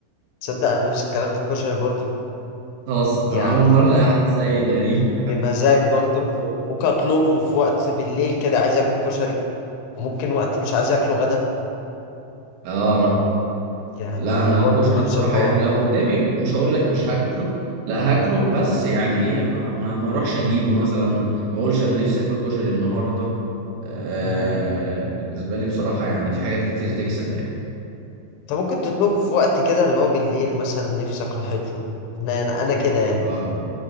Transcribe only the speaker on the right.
خلاص انا
اول مره الاقي حد زيي تقريبا
<laughs>
اه
لا انا
الكشري
بصراحه
يعني لو قدامي مش هقول لك مش هاكله لا هاكله بس يعني ايه ما ما ما اروحش اجيبه مثلا ما اقولش انا نفسي اكل كشري النهارده آه
بالنسبه لي بصراحه يعني في حاجات كتير تكسب يعني
اه